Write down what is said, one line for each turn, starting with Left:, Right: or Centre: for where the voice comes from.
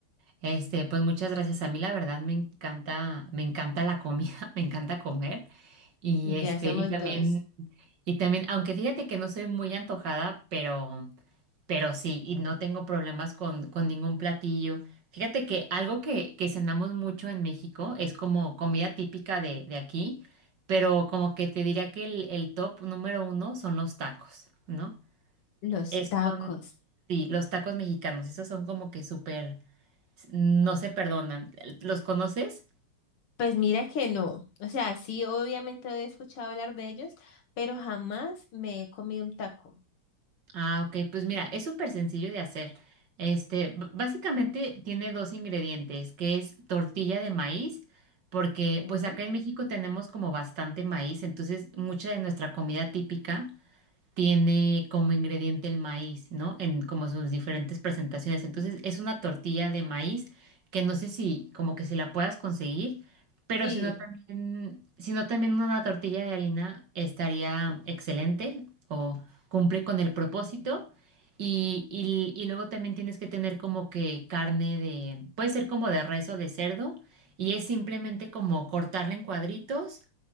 Right: Este, pues muchas gracias. A mí la verdad me encanta, me encanta la comida, <laughs> me encanta comer. Y
Left: Ya
Right: este,
Left: somos
Right: y también,
Left: dos.
Right: y también, aunque fíjate que no soy muy antojada, pero, pero sí, y no tengo problemas con, con ningún platillo. Fíjate que algo que, que cenamos mucho en México es como comida típica de, de aquí, pero como que te diría que el, el top número uno son los tacos, ¿no?
Left: Los
Right: Es-
Left: tacos.
Right: son, sí, los tacos mexicanos, esos son como que súper, no se perdonan. ¿Los conoces?
Left: Pues mira que no. O sea, sí, obviamente he escuchado hablar de ellos, pero jamás me he comido un taco.
Right: Ah, ok, pues mira, es súper sencillo de hacer. Este, b- básicamente tiene dos ingredientes, que es tortilla de maíz, porque
Left: ¿Eh?
Right: pues acá en México tenemos como bastante maíz, entonces mucha de nuestra comida típica. tiene como ingrediente el maíz, ¿no? En como sus diferentes presentaciones. Entonces es una tortilla de maíz que no sé si como que si la puedas conseguir, pero
Left: Sí,
Right: si no también, si no también una tortilla de harina estaría excelente o cumple con el propósito. Y, y, y luego también tienes que tener como que carne de, puede ser como de res o de cerdo, y es simplemente como cortarla en cuadritos